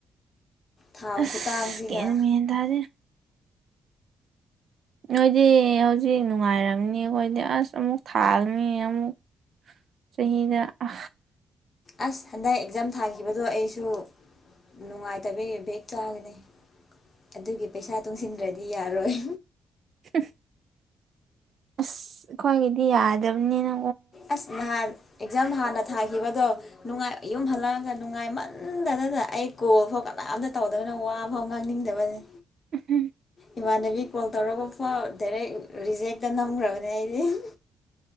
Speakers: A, on the left; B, on the right.
A: ꯊꯥꯎ
B: ꯑꯁ
A: ꯈꯨꯇꯥꯡꯁꯤꯒ
B: ꯒꯌꯥꯟ ꯃꯦꯟ ꯇꯥꯗꯦꯗꯥ ꯅꯣꯏꯗꯤ ꯍꯧꯖꯤꯛ ꯅꯨꯡꯉꯥꯏꯔꯝꯅꯤ ꯑꯩꯈꯣꯏꯗꯤ ꯑꯁ ꯑꯃꯨꯛ ꯊꯥꯡꯅꯤ ꯑꯃꯨꯛ ꯆꯍꯤꯗ ꯍ
A: ꯑꯁ ꯍꯟꯗꯛ ꯑꯦꯛꯖꯥꯝ ꯊꯥꯈꯤꯕꯗꯣ ꯑꯩꯁꯨ ꯅꯨꯡꯉꯥꯏꯇꯕꯒꯤ ꯕꯦꯛ ꯆꯥꯒꯅꯤ ꯑꯗꯨꯒꯤ ꯄꯩꯁꯥ ꯇꯨꯡꯁꯤꯟꯗ꯭ꯔꯗꯤ ꯌꯥꯔꯣꯏ
B: ꯍꯥ ꯑꯁ ꯑꯩꯈꯣꯏꯒꯤꯗꯤ ꯌꯥꯗꯕꯅꯤꯅ
A: ꯑꯁ ꯅꯍꯥꯟ ꯑꯦꯛꯖꯥꯝ ꯍꯥꯟꯅ ꯊꯥꯈꯤꯕꯗꯣ ꯅꯨꯡꯉꯥꯏ ꯌꯨꯝ ꯍꯜꯂꯛꯑꯒ ꯅꯨꯡꯉꯥꯏꯃꯟꯗꯗꯅ ꯑꯩ ꯀꯣꯜꯐꯥꯎ ꯀꯅꯥꯝꯇ ꯇꯧꯗꯕꯅ ꯋꯥꯐꯥꯎ ꯉꯥꯡꯅꯤꯡꯉ ꯗꯕꯅꯤ
B: ꯎꯝ
A: ꯏꯃꯥꯟꯅꯕꯤ ꯀꯣꯜ ꯇꯧꯔꯒ ꯐꯥꯎ ꯗꯥꯏꯔꯦꯛ ꯔꯤꯖꯦꯛꯇ ꯅꯝꯈ꯭ꯔꯕꯅꯦ ꯑꯩꯗꯤ <inaudible>